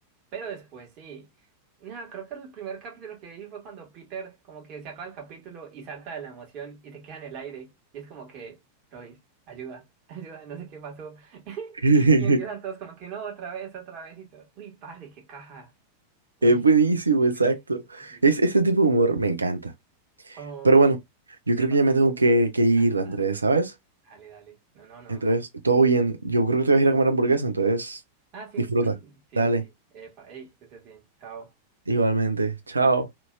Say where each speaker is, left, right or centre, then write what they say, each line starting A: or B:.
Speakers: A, on the right; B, on the right.
A: Pero después sí. No, creo que el primer capítulo que vi fue cuando Peter como que se acaba el capítulo y salta de la emoción y se queda en el aire. Y es como que, Lois, ayuda, <laughs> ayuda, no sé qué pasó. <laughs>
B: <laughs>
A: Y empiezan todos como que no, otra vez, otra vez y todo. Uy, padre, qué caja. Uy,
B: Es buenísimo, exacto.
A: buenísimo. Sí, sí,
B: Es, ese
A: sí.
B: tipo de humor me encanta.
A: Oh,
B: Pero bueno, yo
A: epa,
B: creo que ya me
A: sí.
B: tengo que, que ir,
A: Ah, no,
B: Andrés,
A: dale.
B: ¿sabes?
A: Dale, dale. No, no, no.
B: Entonces, todo bien. Yo creo que te vas a ir a comer hamburguesa, entonces
A: Ah, sí.
B: disfruta.
A: <laughs> Sí, sí,
B: Dale,
A: sí. Epa, hey, que estés bien. Chao.
B: igualmente. Chao.